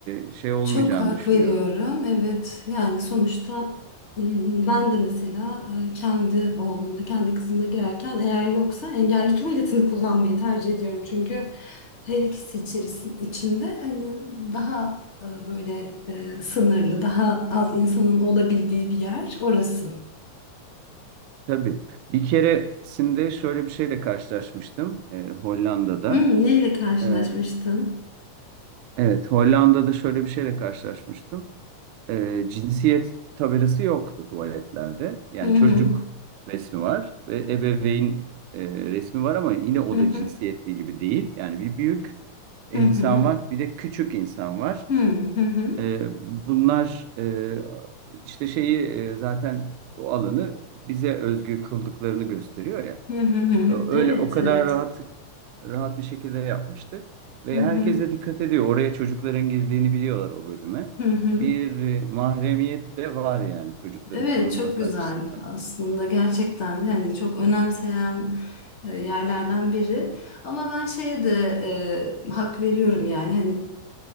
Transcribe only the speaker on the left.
Çok hak
veriyorum. Evet. Yani sonuçta m, ben de mesela e, kendi oğlumla, kendi kızımla girerken eğer yoksa engelli tuvaletini kullanmayı tercih ediyorum. Çünkü her ikisi içerisinde içinde hani daha e, böyle e, sınırlı, daha az insanın olabildiği bir yer orası.
Hı, neyle karşılaşmıştın?
Hı hı.
Hı
hı.
Hı hı.
Hı hı. hı.
Hı hı hı hı.
Evet,
evet.
Hı hı.
Hı hı.
Evet,
çok güzel
aslında gerçekten yani çok önemseyen e, yerlerden biri. Ama ben şeye de e, hak veriyorum yani hani